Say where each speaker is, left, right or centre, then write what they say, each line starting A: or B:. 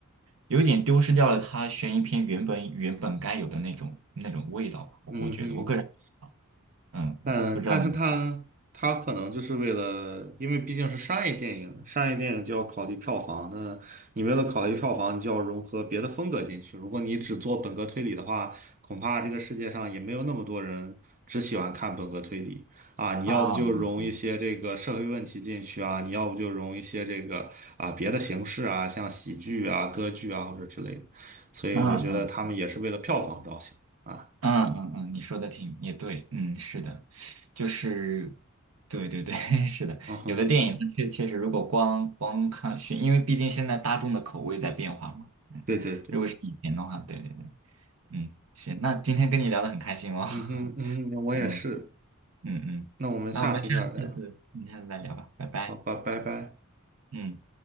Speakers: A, on the right; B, on the right.
A: 有一点丢失掉了它悬疑片原本原本该有的那种那种味道吧。我我觉得我个人
B: 嗯哼。
A: 嗯，
B: 嗯，
A: 不知道你
B: 但是他他可能就是为了，因为毕竟是商业电影，商业电影就要考虑票房。那你为了考虑票房，你就要融合别的风格进去。如果你只做本格推理的话，恐怕这个世界上也没有那么多人只喜欢看本格推理啊。你要不就融一些这个社会问题进去啊，
A: 啊，嗯
B: 你要不就融一些这个啊别的形式啊，像喜剧啊、歌剧啊或者之类的。所以我觉得他们也是为了票房着想啊。
A: 嗯。嗯嗯嗯，你说的挺也对，嗯，是的，就是，对对对，<laughs> 是的，
B: 嗯哼，
A: 有的电影它确确实，如果光光看选，因为毕竟现在大众的口味在变化嘛，嗯，
B: 对对对。
A: 如果是以前的话，对对对，嗯，行，那今天跟你聊的很开心哦，<laughs>
B: 嗯哼，嗯哼，我也是。
A: 嗯嗯嗯，
B: 那我们下次再聊。
A: 那我们下次，嗯下次再聊吧，拜拜，
B: 好吧，拜拜。
A: 嗯。